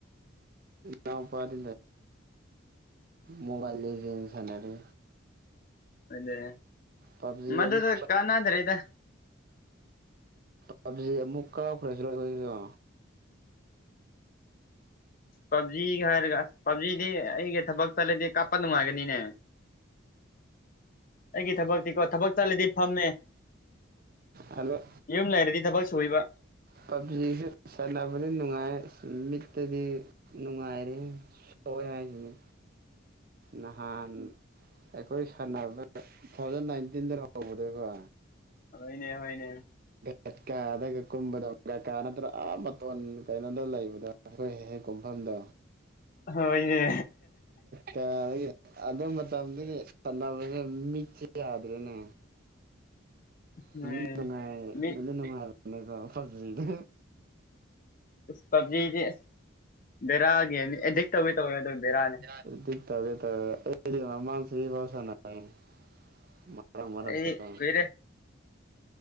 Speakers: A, on the right (about 45°); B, on the left (about 45°).
A: ꯌꯥꯄꯥꯗ ꯃꯣꯕꯥꯜ ꯁꯅꯔꯦ
B: ꯑꯗꯨꯗꯦ
A: ꯄꯞꯖꯤ
B: ꯃꯗꯨꯗ
A: ꯑꯃꯨꯛ
B: ꯀꯥꯟꯅꯗ꯭ꯔꯦ ꯏꯗ
A: ꯄꯞꯖꯤ ꯑꯃꯨꯛ ꯀꯥꯎꯈ꯭ꯔꯦꯁꯤꯣ
B: ꯄꯞꯖꯤꯒ ꯍꯥꯏꯔꯒ ꯄꯞꯖꯤꯗꯤ ꯑꯩꯒꯤ ꯊꯕꯛ ꯆꯠꯂꯗꯤ ꯀꯥꯞꯄ ꯅꯨꯡꯉꯥꯏꯒꯅꯤꯅꯦ ꯑꯩꯒꯤ ꯊꯕꯛꯇꯤꯀꯣ ꯊꯕꯛ ꯆꯠꯂꯗꯤ ꯐꯝꯃꯦ
A: ꯍꯜꯂꯣ
B: ꯌꯨꯝ ꯂꯩꯔꯗꯤ ꯊꯕꯛ ꯁꯨꯏꯕ
A: ꯄꯞꯖꯤꯁꯨ ꯁꯥꯟꯅꯕꯗꯤ ꯅꯨꯡꯉꯥꯏ ꯃꯤꯠꯇꯗꯤ ꯅꯨꯡꯉꯥꯏꯔꯦ ꯁꯣꯛꯑꯦ ꯍꯥꯏꯁꯤꯅꯤ ꯅꯍꯥꯟ ꯑꯩꯈꯣꯏ ꯁꯥꯟꯅꯕꯗ ꯇꯨ ꯊꯥꯎꯖꯟ ꯅꯥꯏꯟꯇꯤꯟꯗ ꯍꯧꯕꯗꯀꯣ
B: ꯍꯅꯦ ꯍꯅꯦ
A: ꯀꯀꯥꯗꯒ ꯀꯨꯝꯕꯗꯣ ꯀꯀꯥ ꯅꯠꯇ꯭ꯔꯒ ꯑꯥꯞ ꯃꯇꯣꯟ ꯀꯩꯅꯣꯗ ꯂꯩꯕꯗꯣ ꯑꯩꯈꯣꯏ ꯍꯦꯛ ꯍꯦꯛ ꯀꯨꯝꯐꯝꯗꯣ
B: ꯍꯅꯦ
A: ꯀ ꯑꯗꯨ ꯃꯇꯝꯗꯨꯗꯤ ꯁꯥꯟꯅꯕꯁ ꯃꯤꯠꯁꯦ ꯌꯥꯗ꯭ꯔꯦꯅꯦ
B: ꯎꯝ
A: ꯅ ꯅꯨꯡꯉꯥꯏ
B: ꯃꯤ
A: ꯅꯅ ꯅꯨꯡꯉꯥꯏ ꯐꯖꯗ
B: ꯄꯞꯖꯤꯗꯤ ꯑꯁ ꯕꯦꯔꯥꯒꯤꯒꯦꯝꯅꯤ ꯑꯦꯗꯤꯛ ꯇꯧꯋꯤ ꯇꯧꯋꯦ ꯑꯗꯨ ꯕꯦꯔꯥꯅꯤ
A: ꯦꯔꯤꯌꯥ ꯃꯁꯤꯁ ꯃꯔꯔ ꯃꯔꯔꯗ
B: ꯑꯩ
A: ꯇꯥꯏ
B: ꯀꯨꯏꯔꯦ